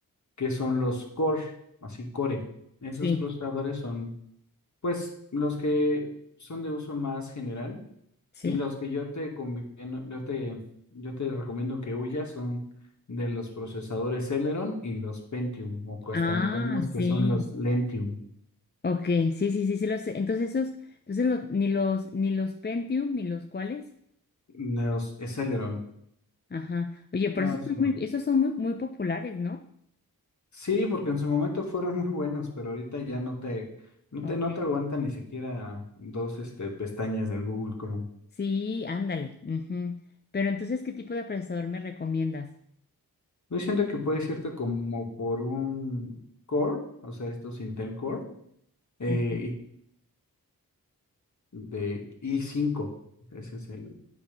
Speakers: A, on the left; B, on the left.
A: que son los core, así core. Esos
B: Sí,
A: procesadores son, pues, los que son de uso más general
B: sí.
A: y los que yo te conviene- yo te, yo te recomiendo que huyas son de los procesadores Celeron y los Pentium, o hasta
B: Ah,
A: nos reímos que
B: sí.
A: son los Lentium,
B: Ok, sí, sí, sí, sí lo sé. Entonces, esos, entonces los, ni los, ni los Pentium, ni los cuales.
A: los Celeron.
B: Ajá. Oye, pero
A: No,
B: esos
A: eso
B: son muy,
A: no.
B: esos son muy, muy populares, ¿no?
A: Sí, porque en su momento fueron muy buenos, pero ahorita ya no te, no
B: Ok.
A: te, no te aguanta ni siquiera dos, este, pestañas del Google Chrome.
B: Sí, ándale. ujú. Pero entonces, ¿qué tipo de procesador me recomiendas?
A: Yo siento que puedes irte como por un Core, o sea, estos Intel Core, eh,
B: Ujú.
A: y- de i cinco, Ese es el,